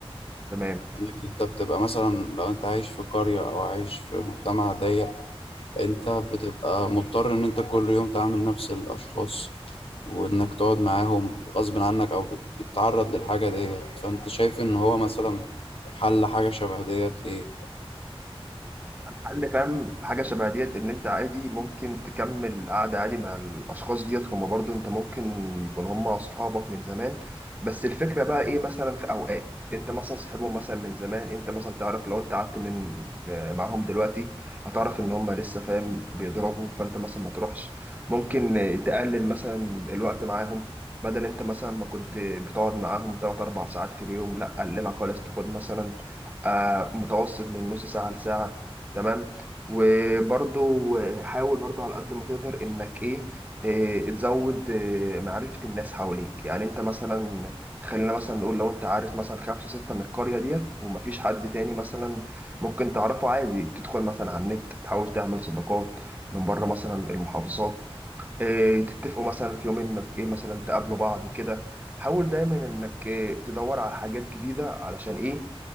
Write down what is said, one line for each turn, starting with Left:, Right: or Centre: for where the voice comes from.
Right: تمام
Left: إنك أنت بتبقى مثلا لو أنت عايش في قرية أو عايش في مجتمع ضيق انت بتبقى مضطر ان انت كل يوم تعامل نفس الاشخاص وانك تقعد معاهم غصب عنك او بت- بتتعرض للحاجة ديت فانت شايف ان هو مثلا حل حاجة شبه ديت ايه
Right: الحل فاهم حاجة شبه ديت إن أنت عادي ممكن تكمل قعدة عادي مع الأشخاص ديت هما برضو أنت ممكن يكون هما أصحابك من زمان بس الفكرة بقى إيه مثلا في أوقات أنت مثلا صاحبهم مثلا من زمان أنت مثلا تعرف لو أنت قعدت من آه، معاهم دلوقتي هتعرف إن هما لسه فاهم بيضربوا فأنت مثلا ما تروحش ممكن تقلل مثلا الوقت معاهم بدل أنت مثلا ما كنت بتقعد معاهم تلات أربع ساعات في اليوم لأ قللها خالص تاخد مثلا آه، متوسط من نص ساعة لساعة تمام وبرضو حاول برضو على قد ما تقدر انك ايه إيه، تزود إيه، معرفة الناس حواليك يعني انت مثلا خلينا مثلا نقول لو انت عارف مثلا خمسة ستة من القرية ديت ومفيش حد تاني مثلا ممكن تعرفه عادي تدخل مثلا على النت تحاول تعمل صداقات من بره مثلا المحافظات إيه، تتفقوا مثلا في يوم انك ايه مثلا تقابلوا بعض كده حاول دايما انك إيه، تدور على حاجات جديدة علشان ايه